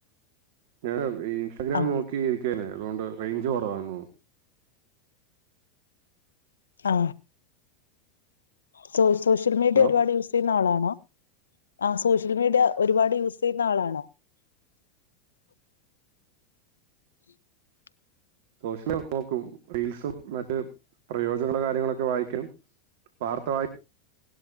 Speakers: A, on the right; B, on the left.
A: ഞാന് ഇൻസ്റ്റാഗ്രാം
B: ആഹ്
A: നോക്കി ഇരിക്കാന് അതുകൊണ്ട് റേഞ്ച് കുറവാന്നൊന്നുന്നു
B: ആ സോ സോഷ്യൽ മീഡിയ
A: ഹലോ
B: ഒരുപാട് യൂസ് ചെയ്യുന്ന ആളാ ഹലോ ആ സോഷ്യൽമീഡിയ ഒരുപാട് യൂസ് ചെയ്യുന്ന ആളാണോ <unintelligible> <unintelligible>
A: സോഷ്യല് നോക്കും റീൽസും മറ്റ് പ്രയോജനങ്ങളും കാര്യങ്ങളൊക്കെ വായിക്കും വാർത്ത വായി